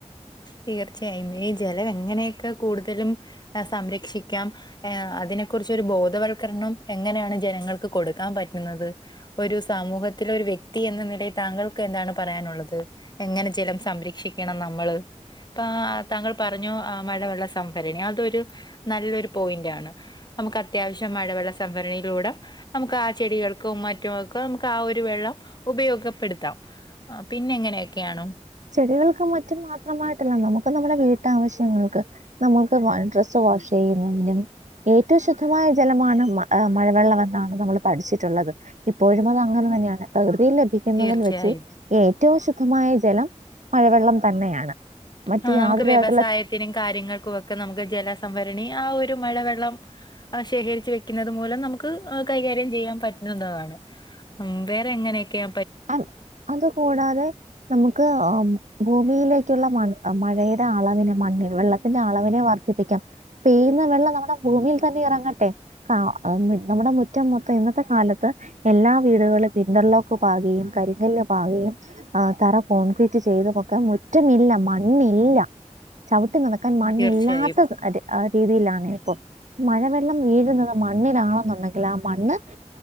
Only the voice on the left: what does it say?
തീർച്ചയായും ഈ ജലം എങ്ങനെയൊക്കെ കൂടുതലും സംരക്ഷിക്കാം അതിന.. അതിനെ കുറിച്ച ഒരു ബോധവൽക്കരണം എങ്ങനെയാണ് ജനങ്ങൾക്ക് കൊടുക്കാൻ പറ്റുന്നത് ഒരു സമൂഹത്തി.. ഒരു വ്യക്തി എന്ന നിലയിൽ താങ്കൾക്ക് എന്താണ് പറയാനുള്ളത് എങ്ങനെ ജലം സംരക്ഷിക്കണം നമ്മള്? ഇപ്പ താങ്കൾ പറഞ്ഞു ആഹ് മഴവെള്ള സംഭരണി അതൊരു നല്ലൊരു പോയിന്റ്ാണ് നമുക്ക് അത്യാവശ്യം മഴവെള്ള സംഭരണിയിലൂടെ.. നമുക്ക് ആ ചെടികൾക്കും മറ്റുംക്കും നമുക്ക് ആ ഒരു വെള്ളം ഉപയോഗപ്പെടുത്താം ആ പിന്നെ എങ്ങനെയൊക്കെയ ആണോ?
തീർച്ചയായും.
ആ
നമുക്ക് വ്യവസായത്തിനും
കാര്യങ്ങൾക്കും ഒക്കെ നമുക്ക് ജല.. സംഭരണി ആ ഒരു മഴവെള്ളം ശേഖരിച്ച് വെക്കുന്നത് മൂലം നമുക്ക് കൈകാര്യം ചെയ്യാൻ പറ്റും. വേറെ എങ്ങനെയൊക്കെയ..
തീർച്ചയായും